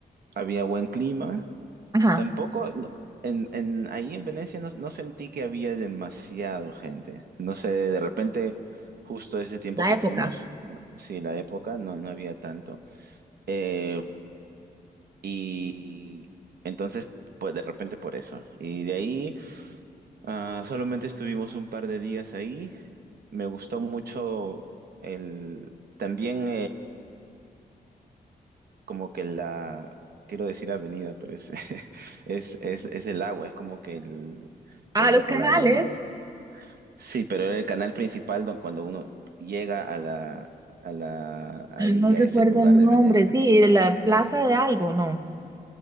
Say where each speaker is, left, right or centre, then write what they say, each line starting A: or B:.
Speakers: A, on the right (about 75°); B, on the right (about 25°).
A: había buen clima,
B: Ajá,
A: Tampoco, no, en, en, ahí en Venecia no, no sentí que había demasiado gente. No sé, de repente, justo ese tiempo
B: la
A: que
B: época.
A: fuimos, sí, la época, no, no había tanto. Eh, y entonces, pues de repente por eso. Y de ahí, ah, solamente estuvimos un par de días ahí. Me gustó mucho el, también como que la, quiero decir avenida, pero es, <laughs> es, es, es el agua, es como que el, ¿cuál
B: Ah,
A: es
B: los
A: la palabra?
B: canales.
A: El- sí, pero era el canal principal don- cuando uno llega a la, a la, ahí
B: Ah, No recuerdo
A: a ese lugar
B: el
A: de
B: nombre.
A: Venecia.
B: Sí, de la plaza de algo, no.